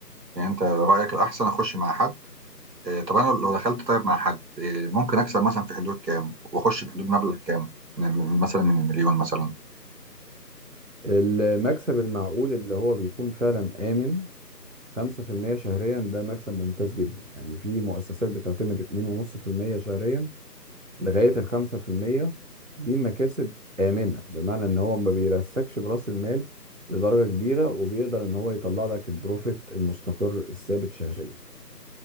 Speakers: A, on the right; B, on the right.
A: يعني انت رايك الاحسن اخش مع حد آه، طب انا لو دخلت طيب مع حد آه، ممكن اكسب مثلا في حدود كام واخش في حدود مبلغ كام من من- مثلا من مليون مثلا
B: المكسب المعقول اللي هو بيكون فعلا آمن 5% شهريا ده مكسب ممتاز جدا يعني في مؤسسات بتعتمد 2.5% شهريا لغاية ال 5% دي مكاسب آمنة بمعنى إن هو ما بيرسكش برأس المال لدرجة كبيرة وبيقدر إن هو يطلع لك البروفيت المستقر الثابت شهريا